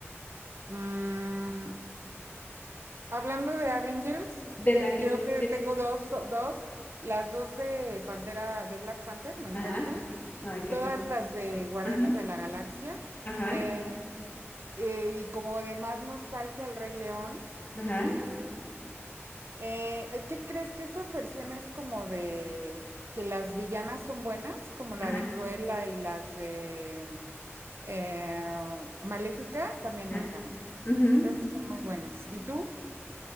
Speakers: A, on the right; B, on the left.
A: mm, Hablando de Avengers,
B: De la que...
A: creo
B: qui-
A: que tengo dos, dos, las dos de Pantera, de Black Panther, me encantan,
B: Ajá. Ay, qué
A: todas
B: tal.
A: las de Guardianes
B: Ajá,
A: de la Galaxia,
B: ajá.
A: eh, eh, y como de más nostalgia El Rey León,
B: Ajá.
A: y eh, ¿qué crees que estas versiones como de que las villanas son buenas, como la
B: Ajá,
A: de Cruella y las de eh, Maléfica, también
B: ajá.
A: me encantan,
B: Ujú.
A: creo que son muy buenas. ¿Y tú?